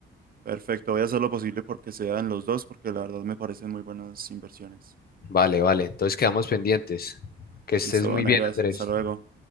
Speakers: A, on the right; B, on the left.
A: Perfecto, voy a hacer lo posible porque sean los dos, porque la verdad me parecen muy buenas inversiones.
B: Vale, vale, entonces quedamos pendientes. Que estés
A: Listo,
B: muy
A: Vanegas,
B: bien, Andrés.
A: hasta luego.